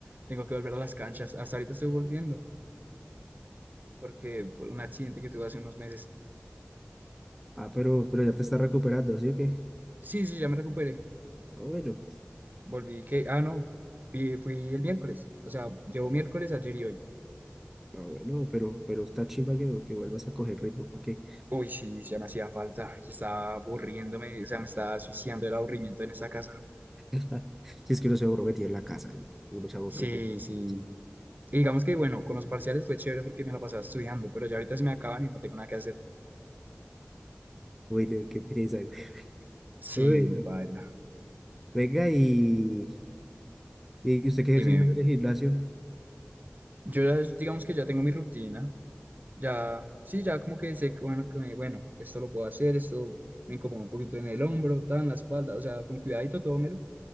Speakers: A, on the right (about 45°); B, in the centre.
A: Tengo que volver a las canchas. Hasta ahorita estoy volviendo, porque por un accidente que tuve hace unos meses.
B: Ah, pero, pero ya te estás recuperando, ¿sí o qué?
A: Sí, sí, ya me recuperé.
B: Ah, bueno,
A: Volví que, ah, no, vi- fui el miércoles. O sea, llevo miércoles, ayer y hoy.
B: ah, bueno, pero, pero está chimba que, que vuelvas a coger ritmo, ¿para qué?
A: Uy, sí, ya me hacía falta. Ya estaba aburriéndome, o sea, me estaba suicidando el aburrimiento en esta casa.
B: <laughs> Si es que uno se aburre metido en la casa, güey. uno se aburre
A: Sí,
B: metido en
A: sí.
B: la
A: Y digamos que, bueno, con los parciales fue chévere porque me la pasaba estudiando, pero ya ahorita se me acaban y no tengo nada que hacer.
B: Uy, no, qué pereza, güey.
A: Sí,
B: Uy, no.
A: baila.
B: Venga, y, ¿y usted qué
A: Dime.
B: ejercicio hace en el gimnasio?
A: Yo ya, digamos que ya tengo mi rutina. Ya, sí, ya como que sé, que, bueno, que me- bueno, esto lo puedo hacer, esto me incomoda un poquito en el hombro, tan, la espalda, o sea, con cuidadito todo me lo